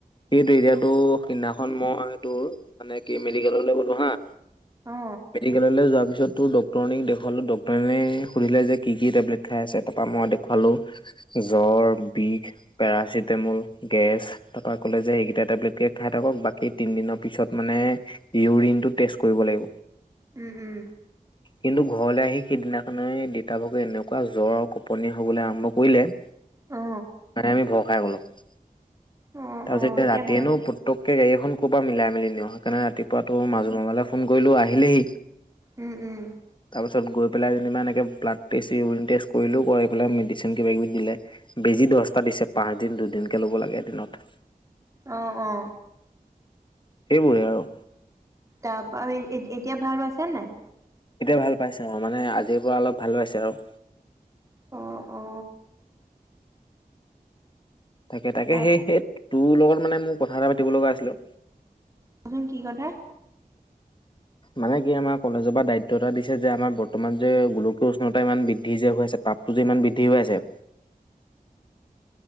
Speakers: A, on the left (about 30°); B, on the right (about 20°).
A: সেইটো এতিয়াটো সেইদিনাখন মই তোৰ মানে কি মেডিকেল'লে গ'লো হা <inaudible>
B: অ
A: মেডিকেললৈ যোৱাৰ পিছতো ডক্টৰনীক দেখুৱালোঁ ডক্টৰণীয়ে সুধিলে যে কি কি টেবলেট খাই আছে তাৰপৰা মই দেখুৱালো জ্বৰ, বিষ, পেৰাচিটামল, গেছ তাৰপৰা লে যে সেইকেইটা টেবলেটকে খাই থাকক বাকী তিন দিনৰ পিছত মানে ইউৰিনতো তেচ কৰিব লাগ
B: উম উম
A: কিন্তু ঘৰলৈ আহি সিদিনাখনে দেতা ভাগৰ এনেকুৱা জ্বৰ আৰু কপনি হবলে আৰম্ভ কৰিলে তাতে
B: অ
A: আমি ভয় খাই গলো তাৰপিছত
B: অ অ
A: এতিয়া ৰাতিয়েনো
B: ভাল
A: প্ৰতোকে গাড়ীখন কৰপা মিলাই মিলি নিওঁ সেইকাৰণে ৰাতিপুৱাটো মাজু মোমায়লে। ফোন কৰিলোঁ আহিলেই
B: উম উম
A: তাৰপাছত গৈ পেলাই যেনিবা এনেকৈ ব্লাট টেষ্ট, ইউৰিন টেষ্ট কৰিলো কৰি পেলাই মেডিচিন কিবা কিবি দিলে বেজি। দহটা দিছে পাঁচ দিন দুদিনকে ল'ব লাগে এ দিনত
B: অ অ
A: সেইবোৰে আৰু
B: তাৰপা এতিয়া ভাল পাইছা নাই।
A: এতিয়া ভাল পাইছে অ মানে আজিৰ পৰা অলপ ভাল পাইছে আৰু।
B: অ অ
A: <inaudible> তাকে তাকে
B: তাৰচোন
A: সেই সেই তোৰ লগত মানে মোৰ কথা এটা পাতিব লগা আছিলে অ
B: কচোন কি কথা
A: মানে কি আমাৰ কলেজৰ পৰা দায়িত্ব এটা দিছে যে আমাৰ বৰ্তমান যে গোলকীয় উষ্ণতা ইমান বৃদ্ধি। যে হৈ আছে তাপটো যে ইমান বৃদ্ধি হৈ আছে।